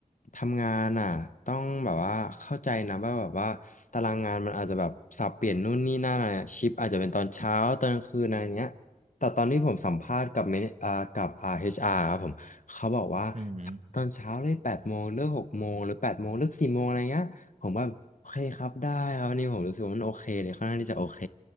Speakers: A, on the left; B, on the right.
A: ทำงานอ่ะต้องแบบว่าเข้าใจนะว่าแบบว่าตารางงานมันอาจจะแบบสับเปลี่ยนนู่นนี่นั่นอะไรชิปอาจจะเป็นตอนเช้าตอนกลางคืนอะไรเงี้ยแต่ตอนที่ผมสัมภาษณ์กับเมนอ่ากับอ่าเอชอาร์ครับผมเขาบอกว่า
B: อืม
A: ตอนเช้าเลยแปดโมงเลิกหกโมงหรือแปดโมงเลิกสี่โมงอะไรเงี้ยผมว่าโอเคครับได้ครับวันนี้ผมรู้สึกว่ามันโอเคเลยค่อนข้างที่จะโอเค